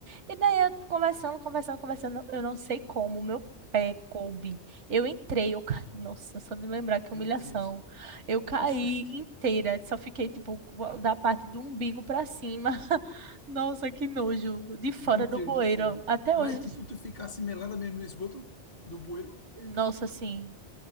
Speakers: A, on the right; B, on the left.
A: E daí eu conversando, conversando, conversando, eu não sei como, meu pé coube. Eu entrei, eu caí, nossa, só de lembrar que
B: Meu
A: humilhação.
B: Deus.
A: Eu caí
B: Oxe, oxe, oxe.
A: inteira, só fiquei tipo da parte do umbigo pra cima. <laughs> Nossa, que nojo, de fora
B: Meu Deus
A: do bueiro,
B: do céu.
A: até hoje.
B: Mas
A: <laughs>
B: tipo, tu ficasse melada mesmo no esgoto do bueiro?
A: Nossa, assim,